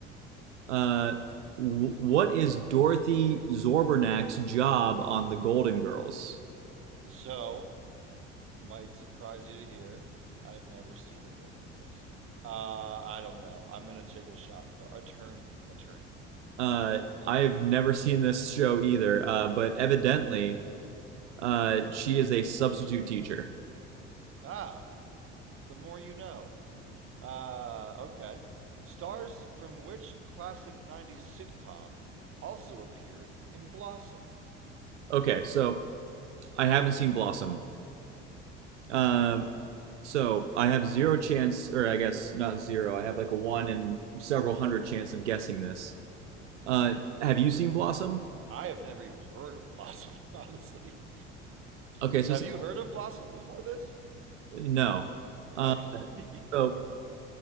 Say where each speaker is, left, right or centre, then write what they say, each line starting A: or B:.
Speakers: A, on the right; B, on the right.
A: Uh, wh- what is Dorothy Zorbernak's job on The Golden Girls?
B: So. might surprise you to hear I've never seen The Golden Girls. Uh, I don't know. I'm gonna take a shot in the dark. Attorney, attorney.
A: Uh, I have never seen this show either, uh, but evidently, uh, she is a substitute teacher.
B: Ah, the more you know. Uh, okay. Stars from which classic '90s sitcom also appeared in Blossom?
A: Okay, so I haven't seen Blossom. Um, so I have zero chance, or I guess not zero. I have like a one in several hundred chance of guessing this. Uh, have you seen Blossom?
B: I have never even heard of Blossom, <laughs> honestly.
A: Okay, so
B: Have
A: it's,
B: you heard of Blossom before this?
A: no. Uh,
B: Okay.
A: so
B: <laughs>